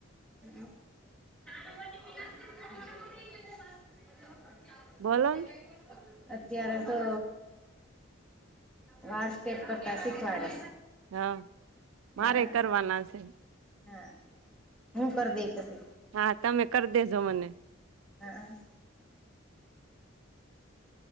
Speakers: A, in the centre; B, on the right.
A: હમ્મ. <unintelligible>
B: બોલો ને
A: અત્યારે તો વાર સ્ટેપ કરતા શીખવાડે
B: હા મારે
A: હા
B: કરવાના છે.
A: હા હું કર દઈ પશે.
B: હા તમે કરી દેજો મને.
A: હા હં